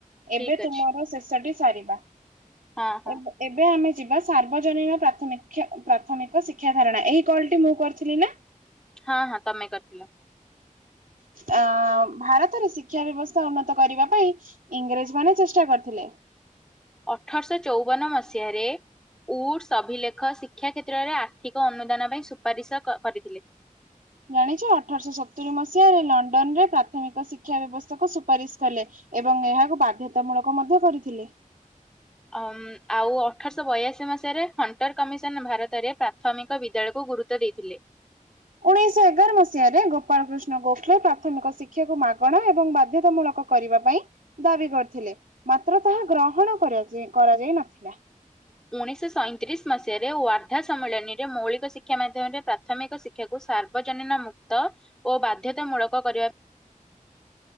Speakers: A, in the centre; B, on the right.
A: ଠିକ
B: ଏବେ ତୁମର
A: ଅଛି
B: ଶେଷଟି ସାରିବା।
A: ହଁ ହଁ
B: ଏବ ଏବେ ଆମେ ଯିବା ସାର୍ବଜନୀନ ପ୍ରାଥମିକ୍ଷ ପ୍ରା ପ୍ରାଥମିକ ଶିକ୍ଷା ଧାରଣା, ଏଇ କଲ ଟି ମୁଁ କରିଥିଲି ନା?
A: ହଁ ହଁ ତମେ କରିଥିଲ। <inaudible>
B: ଅ ଭାରତରେ ଶିକ୍ଷା ବ୍ୟବସ୍ଥା ଉନ୍ନତ କରିବା ପାଇଁ ଇଂରେଜ ମାନେ ଚେଷ୍ଟା କରିଥିଲେ।
A: ଅଠରଶହ ଚଉବନ ମସିହାରେ ଉଡସ ଅଭିଲେଖ ଶିକ୍ଷ ଶିକ୍ଷା କ୍ଷେତ୍ରରେ ଆର୍ଥିକ ଅନୁଦାନ ପାଇଁ ସୁପାରିଶ କ କରିଥିଲେ।
B: ଜାଣିଚ ଅଠରଶହ ସତୁରି ମସିହାରେ ଲଣ୍ଡନ ରେ ପ୍ରାଥମିକ ଶିକ୍ଷା ବ୍ୟବସ୍ଥା କୁ ସୁପାରିଶ କଲେ। ଏବଂ ଏହାକୁ ବାଧ୍ୟତାମୂଳକ ମଧ୍ୟ କରିଥିଲେ।
A: <inaudible> ଆମ୍ ଆଉ ଅଠରଶହ ବୟାଶୀ ମସିହାରେ ହଣ୍ଟର କମିଶନ ଭାରତରେ ପ୍ରାଥମିକ ବିଦ୍ୟାଳୟକୁ ଗୁରୁତ୍ୱ ଦେଇଥିଲେ।
B: ଉଣେଇଶ ଏଗାର ମସିହାରେ ଗୋପାଳକୃଷ୍ଣ ଗୋଖଲେ ପ୍ରାଥମିକ ଶିକ୍ଷାକୁ ମାଗଣା ଏବଂ ବାଧ୍ୟତା ମୂଳକ କରିବା ପାଇଁ ଦାବି କରିଥିଲେ, ମାତ୍ର ତାହା ଗ୍ରହଣ କରାଯାଇ କରାଯାଇ ନଥିଲା
A: ଉଣେଇଶହ ସଇଁତିରିଶ ମସିହାରେ ୱାର୍ଦ୍ଧା ସମ୍ମିଳନୀ ମୌଳିକ ଶିକ୍ଷା ମାଧ୍ୟମରେ ପ୍ରାଥମିକ ଶିକ୍ଷାକୁ ସାର୍ ଆର୍ବଜନିନ ମୁକ୍ତ ଓ ବାଧ୍ୟତାମୂଳକ କରିବା